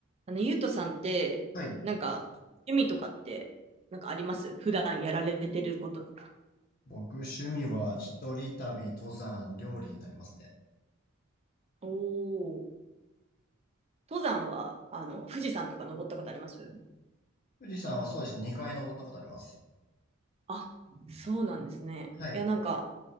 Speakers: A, on the right (about 30°); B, on the left (about 40°).
A: あの、ゆうとさんって、
B: はい。
A: なんか、趣味とかって、なんかあります普段やられてることとか。
B: 僕、趣味は一人旅、登山、料理になりますね。
A: おお。登山は、あの、富士山とか登ったことあります
B: 富士山はそうですね、2回登ったことあります。
A: あ、そうなんですね。
B: はい。
A: いや、なんか、